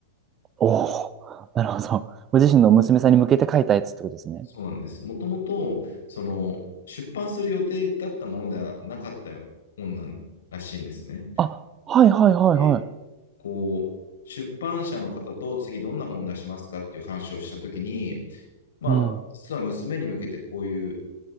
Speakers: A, on the right (about 25°); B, on the left (about 60°).
A: おお、なるほど。ご自身の娘さんに向けて書いたやつってことですね。
B: そうなんです。もともと、その、出版する予定だったものではなかった本なんらしいんですね。
A: あ、はいはいはいはい。
B: で、こう、出版社の方と次どんな本出しますかっていう話をしたときに、まあ、
A: うん。
B: 実は娘に向けてこういう